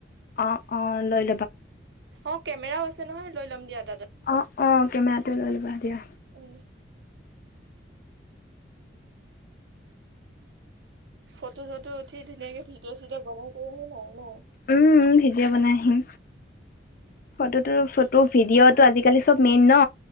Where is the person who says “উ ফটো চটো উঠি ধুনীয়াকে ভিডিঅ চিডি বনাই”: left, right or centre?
Right